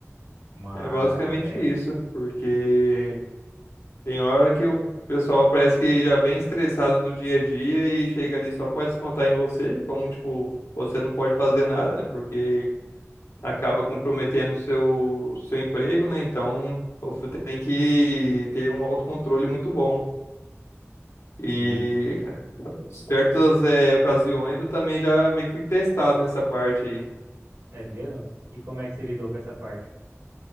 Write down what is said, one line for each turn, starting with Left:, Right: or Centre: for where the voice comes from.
Right: Mas,
Left: É basicamente
Right: é,
Left: isso, porque Tem hora que o pessoal parece que já vem estressado do dia a dia e chega ali só pode descontar em você, como tipo, você não pode fazer nada, né? Porque acaba comprometendo o seu seu emprego, né? Então, você tem que ter um autocontrole muito bom. E
Right: sim,
Left: certas eh, ocasiões eu também já meio que fui testado nessa parte aí.
Right: é mesmo? E como é que você lidou com essa parte?